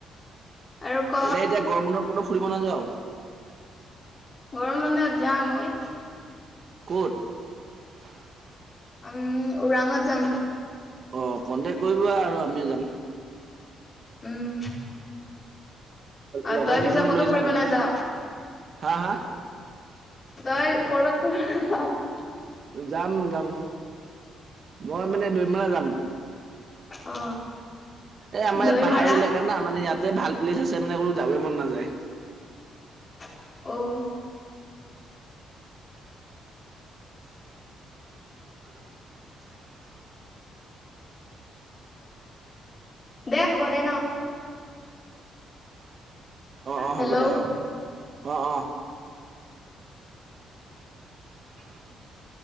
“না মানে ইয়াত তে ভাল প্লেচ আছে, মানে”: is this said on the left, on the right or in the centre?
Right